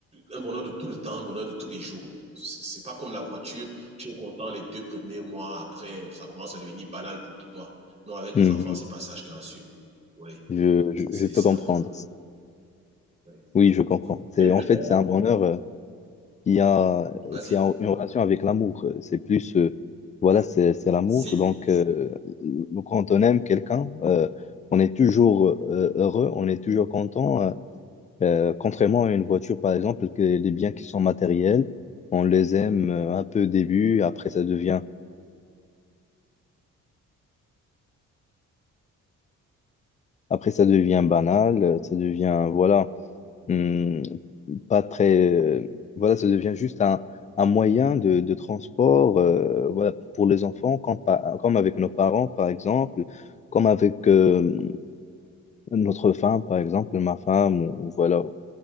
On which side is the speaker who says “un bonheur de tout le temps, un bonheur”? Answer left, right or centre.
Right